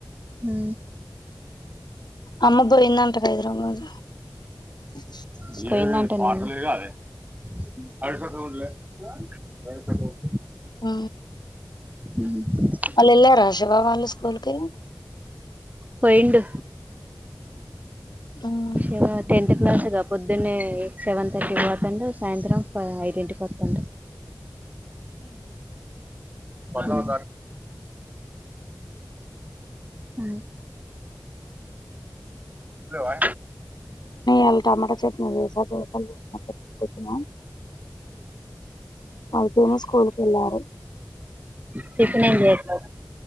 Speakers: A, on the right; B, on the left.
A: ఉ
B: అమ్మబ్బా ఇన్నంటక ఇరు అబదు <unintelligible>
A: పోయిందంటనా
B: ఉ
A: ఉ
B: వాళ్ళల్లారా రాషభావళ్ళ స్కూల్కి
A: పోయిండు
B: ఉమ్.
A: ఎవ టెన్త్ క్లాస్ గా పొద్దున్నే సెవెన్ థర్టీకి పోతాండు సాయంత్రం పా ఐదింటికి ఉత్తండు ఉ ఉ హలో అ
B: అ టమాటా చట్నీ చేసా <unintelligible> పొద్దున్నే స్కూల్కి వెళ్ళలారు
A: టిఫిన్ ఏం చేశావు